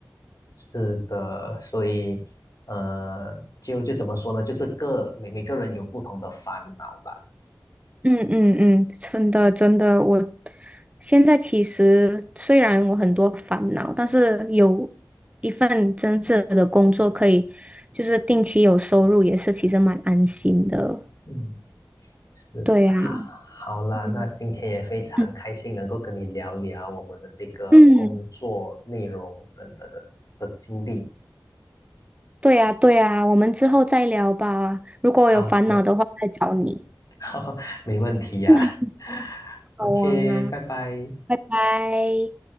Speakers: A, on the left; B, on the right.
A: 是的，所以，呃，就就怎么说呢？就是各每每个人有不同的烦恼啦。
B: 嗯嗯嗯，真的真的，我现在其实虽然我很多烦恼，但是有一份真正的工作可以，就是定期有收入，也是其实蛮安心的。
A: 嗯是的，
B: 对呀，
A: 好啦，
B: 嗯
A: 那今天也非常开心能够跟你聊聊我们的这个工作内容等等的的经历。
B: 嗯嗯，对呀对呀，我们之后再聊吧。如果我有烦恼的话，
A: 好的，
B: 再找你。
A: <laughs> 没问题呀、
B: <laughs>
A: <laughs>
B: 好啊，
A: OK，拜拜。
B: 拜拜。